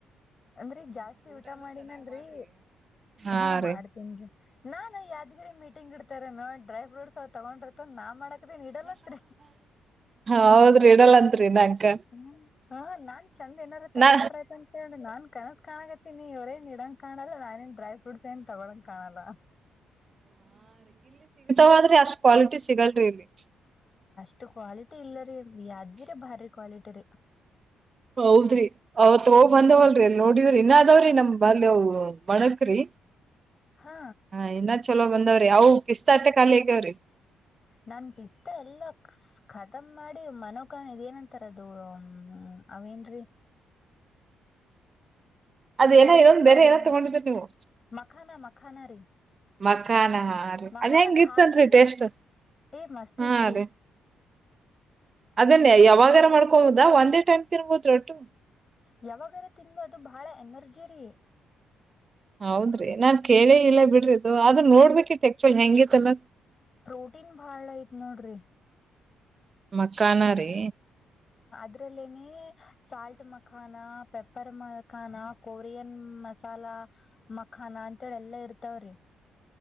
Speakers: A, on the left (about 30°); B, on the right (about 30°).
A: ಅಂದ್ರರಿ ಜಾಸ್ತಿ ಊಟ ಮಾಡಿನಲ್ರಿ
B: ಹಾ
A: ಹ್ಮ ಮಾಡ್ತೇನ್
B: ರೀ
A: ರೀ ನಾನ್ ಯಾದ್ಗಿರಿ ಮೀಟಿಂಗ್ ಇಡ್ತಾರ ನ ಡ್ರೈ ಫ್ರೂಟ್ಸ್ ತಗೊಂಡ್ರತನ್ ನಾನ್ ಮಾಡಾಕದನ್ ಇಡಲ್ಲಂತ್ರಿ
B: ಹೌದ್ರಿ ಇಡಲ್ಲಂತ್ರಿ ನಂಕ
A: ಹ್ಮ ಹ ನಾನ್ ಚಂದ ಏನಾದಾರ ತಗೊಂಡ್ರ
B: ನಾ
A: ಆ್ತ ಅಂತ ಹೇಳಿ ನಾನ್ ಕನಸ ಕಾಣಾಗತ್ತಿನ ನೀವೇನ್ ಇಡಂಗ ಕಾಣಲ್ಲ ನಾನ ನ್ ಡ್ರೈ ಫ್ರೂಟ್ ೇನ್ ತಗೊಳಂಗ ಕಾಣಲ್ಲ
B: ವಾದ್ರಿ ಅಷ್ಟ್ ಕ್ವಾಲಿಟಿ ಸಿಗಲ್ರಿ ಇಲ್ಲಿ
A: ಇ ಕ್ವಾಲಿಟಿ ಇಲ್ಲರಿ ಯಾದ್ಗಿರಿ ಭಾರಿ ಕ್ವಾಲಿಟಿ ರೀ
B: ಹೌದ್ರಿ ಅವತ್ ಹೋಗ್
A: ಹ್ಮ್
B: ಬಂದವಲ್ರಿ ನೋಡಿದ್ರಿ ಇನ್ ಆದಾವ್ರಿ ನಮ್ ಬ ಇ ಮಣಕ್ರಿ
A: ಹಾ
B: ಹಾ ಇನ್ನ ಚಲೋ ಬಂದಾವ್ರಿ ಅವು ಪಿಸ್ತಟ್ಟೆ ಖಿಗ್ಯಾವ್ರಿ
A: ನನ್ ಪಿಸ್ತಾ ಎಲ್ಲ ಖತಮ್ ಮಾಡಿ ಮನ ನ್ ಇದ ಏನಂತಾರ ಅದು ಹ ಅವೇನ್ೀ
B: ಅದ
A: ಪಾಪ್ಕಾರ್ನ್
B: ಏನೋ ಇನ್ನೊಂದ್ ಬೇರೆ ಏನೋ ತಗೊಂಡಿದ್ರಿ ನೀವು
A: ಮಖಾನ ಮಖಾನ ರೀ
B: ಮಖಾನ ಹ ರೀ
A: ಮಖಾನ
B: ಅದ ಹೆಂಗ
A: ಖಾಲಿ
B: ಇತ್ತನ್ರಿ
A: ರೀ
B: ಟೇಸ್ಟ್
A: ಏ ಮಸ್ತ್
B: ಹಾ
A: ಇತ್ರಿ
B: ರೀ ಅದನ್ನಯ ಯಾವಾಗಾರ ಮಾಡ್ಕೊುದಾ ಒಂದೇ ಟೈಮ್ ತಿನ್ಬೋದ್ರೊ ಒಟ್ಟು
A: ಯಾವಾಗರ ತಿನ್ನು ಅದು ಬಹಳ ಎನರ್ಜಿರಿ
B: ಹೌದ್ರಿ ನಾನ್ ಕೇಳಿ ಇಲ್ಲ ಬಿಡ್ರಿದು ಅದ ನೋಡ್ಬೇಕಿತ್ ಆಕ್ಚುಲ್ ಹೆಂಗೈತ್ತಲ್ಲ
A: ಪ್ರೋಟ ನೋಡ್ರಿ
B: ಮಕ್ಕಾನ ರೀ
A: ಅದ್ರಲ್ಲೇ ಸಾಲ್ಟ್ ಮಖಾನ ಪೆ ಅಪರಮ ಅಕಾನ ಕೊರಿಯನ್ ಮಸಾಲಾ ಮಖಾನ ಅಂತೇಳಿ ಎಲ್ಲಾ ಇರ್ತಾವ್ರಿ